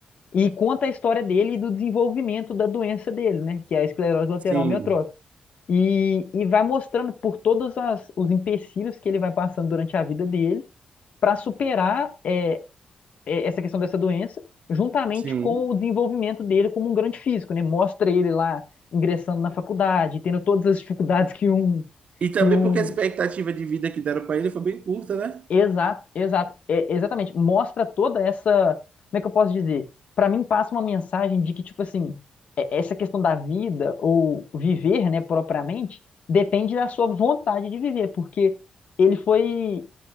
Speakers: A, on the left; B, on the right.
A: e conta a história dele e do desenvolvimento da doença dele, né? Que é a esclerose lateral
B: Sim,
A: amiotrófica. E, e vai mostrando por todos as, os empecilhos que ele vai passando durante a vida dele para superar é, é, essa questão dessa doença, juntamente
B: sim.
A: com o desenvolvimento dele como um grande físico, né? Mostra ele lá ingressando na faculdade, tendo todas as dificuldades que um
B: E também
A: que um,
B: porque a expectativa de vida que deram para ele foi bem curta, né?
A: Exato, exato, é, exatamente. Mostra toda essa, como é que eu posso dizer? Pra mim passa uma mensagem de que tipo assim, é- essa questão da vida ou viver, né, propriamente, depende da sua vontade de viver, porque ele foi,